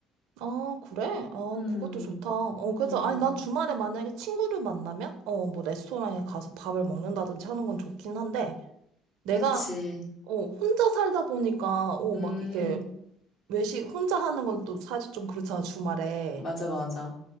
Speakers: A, on the right; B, on the left.
A: 아, 그래? 어,
B: 음,
A: 그것도 좋다. 어, 그래서,
B: 음,
A: 아니,
B: 음.
A: 난 주말에 만약에 친구를 만나면, 어, 뭐, 레스토랑에 가서 밥을 먹는다든지 하는 건 좋긴 한데, 내가,
B: 그치.
A: 어, 혼자 살다 보니까, 어,
B: 음,
A: 막 이게, 외식, 혼자 하는 건 또 사실 좀 그렇잖아, 주말에.
B: 맞아, 맞아.